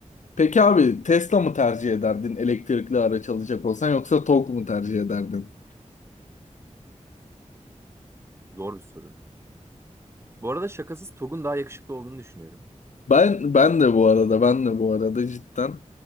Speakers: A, on the left; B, on the right.
A: Peki abi Tesla mı tercih ederdin elektrikli araç alacak olsan yoksa Tok mu tercih ederdin?
B: Zor bir sorun. Bu arada şakasız TOG'un daha yakışıklı olduğunu düşünüyorum.
A: Ben ben de bu arada ben de bu arada cidden.